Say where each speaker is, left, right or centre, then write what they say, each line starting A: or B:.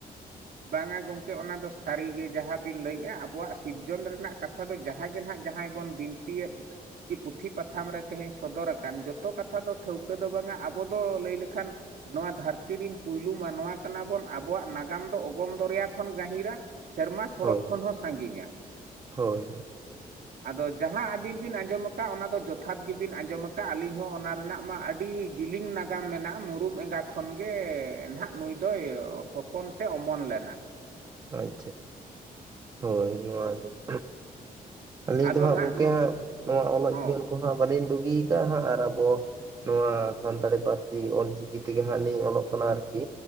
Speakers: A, on the right (about 70°); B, on the right (about 25°).
A: ᱵᱟᱝ-ᱟ ᱜᱚᱢᱠᱮ ᱚᱱᱟ ᱫᱚ ᱥᱟᱹᱨᱤ ᱜᱮ ᱡᱟᱦᱟᱸ ᱵᱤᱱ ᱞᱟᱹᱭᱮᱜᱼᱟ ᱟᱵᱚᱣᱟᱜ ᱥᱤᱨᱡᱚᱱ ᱨᱮᱱᱟᱜ ᱠᱟᱛᱷᱟ᱾ ᱠᱟᱛᱷᱟ ᱫᱚ ᱡᱟᱦᱟᱸᱜ ᱜᱮ ᱱᱟᱦᱟᱜ ᱡᱟᱦᱟᱸᱭ ᱵᱚᱱ ᱵᱤᱱᱛᱤᱭᱮᱫ ᱠᱤ ᱯᱩᱛᱷᱤ ᱯᱟᱛᱷᱟᱢ ᱛᱮᱦᱮᱧ ᱥᱚᱫᱚᱨ ᱟᱠᱟᱱ ᱡᱚᱛᱚ ᱠᱟᱛᱷᱟ ᱫᱚ ᱴᱷᱟᱹᱣᱠᱟᱹ ᱫᱚ ᱵᱟᱝᱟ, ᱟᱵᱚ ᱫᱚ ᱞᱟᱹᱭ ᱞᱮᱠᱷᱟᱱ ᱱᱚᱣᱟ ᱫᱷᱟᱹᱨᱛᱤ ᱨᱮᱱ ᱯᱳᱭᱞᱳ ᱢᱟᱱᱣᱟ ᱠᱟᱱᱟ ᱵᱚᱱ, ᱟᱵᱚᱣᱟᱜ ᱱᱟᱜᱟᱢ ᱫᱚ ᱚᱜᱚᱢ ᱫᱚᱨᱭᱟ ᱠᱷᱚᱱ ᱜᱟᱹᱦᱤᱨᱟ᱾ ᱥᱮᱨᱢᱟ ᱥᱚᱨᱚᱠ
B: ᱦᱳᱭ
A: ᱠᱷᱚᱱ ᱦᱚᱸ ᱥᱟᱺᱜᱤᱧᱟ᱾
B: ᱦᱳᱭ
A: ᱟᱫᱚ ᱡᱟᱦᱟᱸ ᱟᱹᱵᱤᱱ ᱵᱤᱱ ᱟᱸᱡᱚᱢ ᱟᱠᱟᱫ ᱚᱱᱟ ᱫᱚ ᱡᱚᱛᱷᱟᱛ ᱜᱮᱵᱤᱱ ᱟᱸᱡᱚᱢ ᱟᱠᱟᱫ ᱟᱹᱞᱤᱧ ᱦᱚᱸ ᱚᱱᱟ ᱨᱮᱱᱟᱜ ᱢᱟ ᱟᱹᱰᱤ ᱡᱤᱞᱤᱝ ᱱᱟᱜᱟᱢ ᱢᱮᱱᱟᱜᱼᱟ, ᱢᱩᱨᱩᱢ ᱮᱸᱜᱟ ᱠᱷᱚᱱ ᱜᱮ ᱱᱟᱦᱟᱜ ᱱᱩᱭ ᱫᱚᱭ ᱦᱚᱯᱚᱱ ᱥᱮ ᱚ ᱯᱚᱱ ᱞᱮᱱᱟ᱾
B: ᱟᱪᱪᱷᱟ ᱦᱳᱭ ᱱᱚᱣᱟ ᱜᱮ ᱼᱼ ᱟᱹᱞᱤᱧ
A: ᱟᱫᱚ
B: ᱫᱚ ᱦᱟᱸᱜ
A: ᱱᱟᱦᱟᱜ
B: ᱜᱚᱢᱠᱮ ᱦᱟᱸᱜ ᱱᱚᱣᱟ ᱚᱞᱚᱜ
A: ᱦᱚᱸ
B: ᱡᱤᱭᱚᱱ ᱠᱚᱦᱟᱸᱜ ᱵᱟᱹᱞᱤᱧ ᱰᱩᱜᱤ ᱟᱠᱟᱜᱼᱟ ᱦᱟᱸᱜ ᱟᱨ ᱟᱵᱚ ᱱᱚᱣᱟ ᱥᱟᱱᱛᱟᱲᱤ ᱯᱟᱹᱨᱥᱤ ᱚᱞᱪᱤᱠᱤ ᱛᱮᱜᱮ ᱦᱟᱸᱜ ᱞᱤᱧ ᱚᱞᱚᱜ ᱠᱟᱱᱟ ᱟᱨᱠᱤ᱾